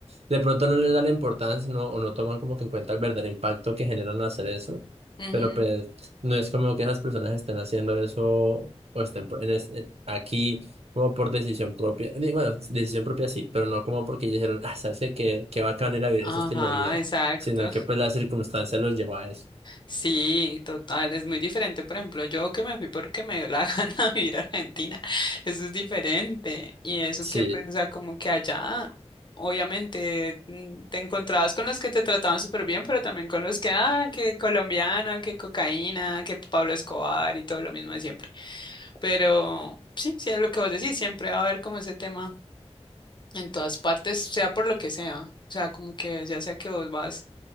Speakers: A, on the right; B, on the left.
A: de pronto no les da la importancia no, o no toman como que en cuenta el verdadero impacto que generan al hacer eso.
B: Ujú.
A: Pero pues no es como que esas personas estén haciendo eso o estén por- en este- aquí como por decisión propia. Digo, Bueno, decisión propia sí, pero no como porque ellos dijeron, ah, sabes que qué, qué bacán ir a vivir
B: Ajá,
A: ese estilo de vida,
B: exacto.
A: sino que pues la circunstancia los llevó a eso.
B: Sí, total, es muy diferente. Por ejemplo, yo que me fui porque me dio la <laughs> gana de ir a Argentina, eso es diferente. Y eso
A: Sí,
B: que, pues, o sea, como que allá, obviamente, mm, te encontrabas con los que te trataban súper bien, pero también con los que, ah, que colombiano, que cocaína, que Pablo Escobar y todo lo mismo de siempre. Pero sí, sí, es lo que vos decís, siempre va a haber como ese tema en todas partes, sea por lo que sea. O sea, como que ya sea que vos vas